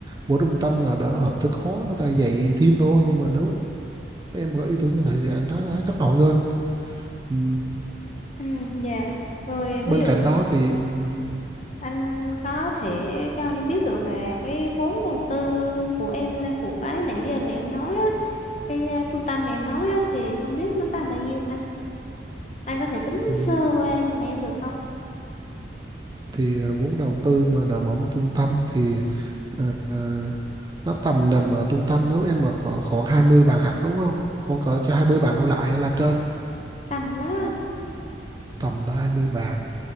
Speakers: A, on the right; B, on the left.
A: mỗi trung tâm là đỡ hợp thức hóa người ta dạy thêm thôi nhưng mà nếu em có ý tưởng như thế thì anh thấy thấy rất là hoan nghênh Ừm,
B: ừ, dạ rồi
A: bên
B: ví dụ
A: cạnh đó thì ừm,
B: anh có thể cho em biết được là cái vốn đầu tư của em của cái nãy giờ mà em nói á cái ờ, trung tâm mà em nói á thì không biết nó tầm bao nhiêu anh anh có thể tính
A: ừm,
B: sơ qua giùm em được không
A: thì à, vốn đầu tư mà đỡ mở một trung tâm thì Ờ, ờ, nó tầm nằm ở trung tâm nếu em mà có khoảng 20 bạn học đúng không? Khoảng cỡ cho 20 bạn đổ lại hay là trên
B: tầm đó anh
A: tầm đó 20 bạn